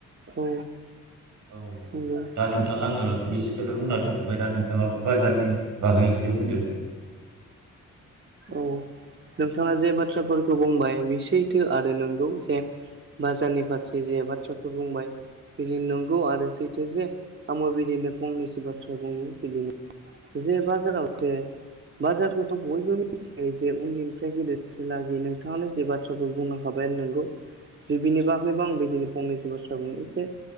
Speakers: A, on the right; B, on the right.
A: औ
B: औ
A: नंगौ
B: दा नोंथां आङो बिसेखोथा बुंना दोनथ'बाय दा नोंथाङाबो बाजारनि बागै एसे बुंदो?
A: औ नोंथाङा जे बाथ्राफोरखौ बुंबाय बे सैथो आरो नंगौ जे बाजारनि फारसे जे बाथ्राफोर बुंबाय बिनि नंगौ आरो सैथो जे आंबो बिदिनो फंनैसो बाथ्रा बुंनो बिदिनो जे बाजाराव जे बाजारखौथ' बयबो मिथिखायो जे उन्दैनिफ्राय गदेरसिलागि नोंथाङानो जे बाथ्राफोर बुंलांखाबाय आरो नोंगौ। बिनि बागैबो आं बिदिनो फंनैसो बाथ्रा बुंनो एसे